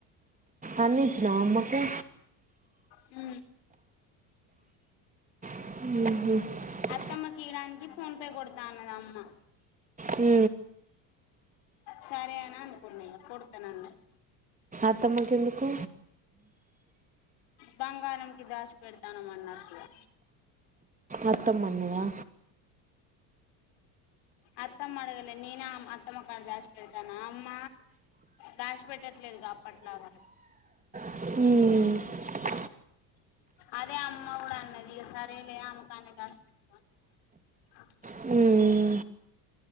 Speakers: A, on the right; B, on the left.
A: అన్నిచ్చినవా అమ్మ కె
B: ఉ
A: ఆ హ
B: అత్తమ్మ కీ ఇయ్యడానికి ఫోన్ పే కొడతాన్నదమ్మ
A: ఉ
B: సరే అని అనుకున్న ఇగా కొడ్తానన్నది
A: అత్తమ్మకు ఎందుకు
B: బంగారంకి దాష్ పెడతానం అన్నట్టు ఇగా
A: అత్తమ్మ అన్నదా
B: అత్తమ్మ అడగలే నేనేమ్ అత్తమ్మ కాడ దాచి పెడతాను అమ్మ దాచ పెట్టట్లేదుగా అప్పట్లాగా
A: ఉమ్
B: అదే అమ్మ కూడా అన్న ఇగ సరేలే అమే కాన్నే దాసి పెట్టుకో అన్నది
A: ఏమో